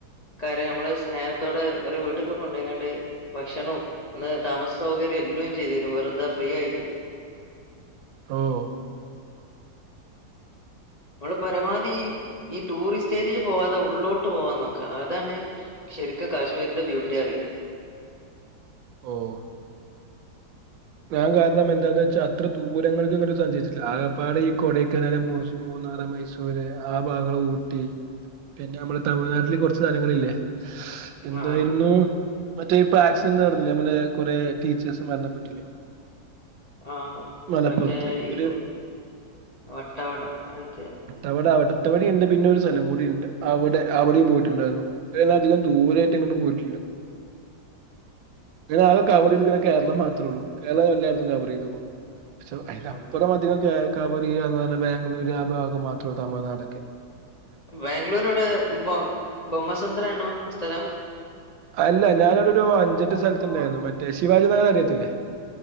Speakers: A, on the left; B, on the right.
A: കാര്യ നമ്മള് സ്നേഹത്തോടെ ഓരോ വീട്ട്ക്കൊക്കെ കൊണ്ടയ്ക്കാണ്ട് ഭക്ഷണും അന്ന് താമസ സൗകര്യം എല്ലോ ചെയ്ത്തരും വെറുതെ ഫ്രീ ആയിട്ട്
B: ഓഹ്
A: നമ്മള് പരമാവധി ഈ ടൂറിസ്റ്റെരിയേല് പോവാതെ ഉള്ളോട്ട് പോവാൻ നോക്ക അതാണ് ശരിക്ക് കാശ്മീരിന്റെ ബ്യൂട്ടി അറിയണ്ടെ
B: ഓഹ് ഞാൻ കാരണം എന്താന്ന് വെച്ചാ അത്ര ദൂരങ്ങള്ക് അങ്ങനണ്ട് സഞ്ചരിച്ചിട്ടില്ല. ആകപ്പാടെ ഈ കൊടക്കനാല്, മൂന്നാറ് മൈസൂര് ആ ഭാഗങ്ങള് ഊട്ടി പിന്നെ നമ്മൾ തമിഴ്നാട്ടില് കുറച്ച് സ്ഥലങ്ങളില്ലേ. എന്തായിരുന്നു?
A: ആഹ് ആഹ്
B: മറ്റേ ഇപ്പൊ ആക്സിഡന്റ് നടന്നില്ലേ, നമ്മളെ കൊറെ ടീച്ചേഴ്സ് മരണപ്പെട്ടില്ലേ.
A: ആഹ്
B: മലപ്പുറത്ത്
A: മറ്റേ
B: അവര്
A: ഈ വട്ടവട അങ്ങനത്തേ
B: അവിടെ അവിടുത്തവടെ ഇണ്ട് പിന്നെ ഒരു സ്ഥലം കൂടി ഇണ്ട് അവിടെ അവിടേം പോയിട്ടുണ്ടായിരുന്നു. അയിന് അധികം ദൂരമായിട്ടേങ്ങണ്ടും പോയിട്ടില്ല. ഇതിലാകെ കവർ ചെയ്ത്കണത് കേരളം
A: ആഹ്
B: മാത്രേ ഉള്ളൂ. കേരളം എല്ലായിടത്തും കവർ ചെയ്ത്ക്ക്‌ണു. പക്ഷെ അതിലപ്പുറം
A: ഉം.
B: അധികം കവറേയാന്ന് പറഞ്ഞ, ബാംഗ്ലൂര് ആ ഭാഗം മാത്രള്ളൂ തമിഴ്നാട് ഒക്കെ
A: ബാംഗ്ലൂർ എവിടെ ബൊമസേത്രം ആണോ സ്ഥലം
B: അല്ല, ഞാനിവിടെ ഒരു
A: ഇല്ല
B: അഞ്ചെട്ട്
A: ഞാനതൊരു
B: സ്ഥലത്തുണ്ടായിരുന്നു.
A: അഞ്ച്
B: മറ്റേ ശിവാജി നഗർ അറിയത്തില്ലേ?